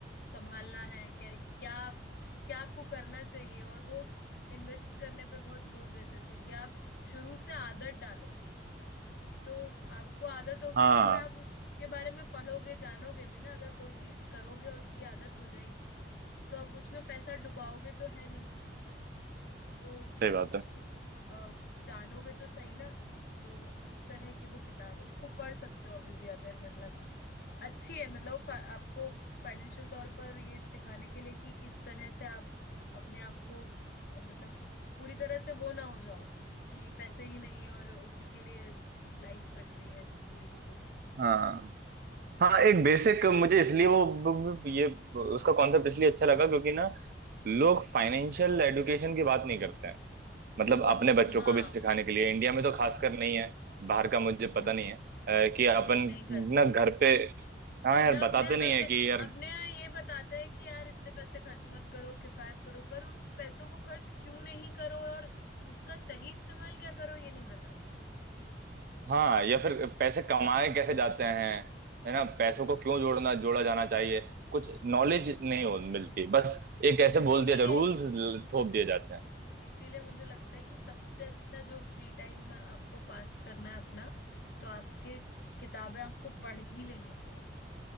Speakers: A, on the left; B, on the right.
A: संभालना है क्या क्या आप क्या आपको करना चाहिए और वो इन्वेस्ट करने पे बहुत जोर देते थे कि आप शुरू से आदत डालो तो आपको आदत होगी
B: हाँ
A: तो फिर आप उसके बारे में पढ़ोगे जानोगे भी ना अगर कोई चीज करोगे और उसकी आदत हो जाएगी तो आप उसमें पैसा डुबाओगे तो है तो
B: सही बात
A: उसको
B: है
A: अ, जानोगे तो सही ना तो इस तरह की वो किताब है उसको पढ़ सकते हो अभी भी अगर मतलब अच्छी है मतलब फा- आपको फाइनेंशियल तौर पर ये सिखाने के लिए कि किस तरह से आप अपने आप को अ, मतलब पूरी तरह से वो ना हो जाओ कि पैसे ही नहीं है और उसी के लिए लाइफ कट रही है पूरी की पूरी
B: हाँ हाँ। हाँ एक बेसिक मुझे इसलिए वो वो- वो- ये उसका कॉन्सेप्ट इसलिए अच्छा लगा क्योंकि ना लोग फाइनेंशियल एडुकेशन की बात नहीं करते हैं मतलब अपने बच्चों
A: हाँ
B: को भी सिखाने के लिए इंडिया में तो खासकर नहीं है बाहर का मुझे
A: <clears throat>
B: पता नहीं है अ, कि अपन
A: नहीं नहीं करते
B: ना घर पे हाँ यार
A: ना
B: बताते
A: अपने यहाँ
B: नहीं
A: करते
B: है कि यार
A: अपने यहाँ ये बताते हैं कि यार इतने पैसे खर्च मत करो किफायत करो पर उन पैसों को खर्च क्यों नहीं करो और उसका सही इस्तेमाल क्या करो ये नहीं बताते
B: हाँ या फिर पैसे कमाए कैसे जाते हैं है ना पैसों को क्यों जोड़ना जोड़ा जाना चाहिए कुछ नॉलेज नहीं हो मिलती बस एक ऐसे
A: इसीलिए
B: बोल दिया जाता रूल्स थोप दिए जाते हैं
A: इसीलिए मुझे लगता है कि सबसे अच्छा जो फ्री टाइम में आपको पास करना है अपना तो आपके किताबें आपको पढ़ ही लेनी चाहिए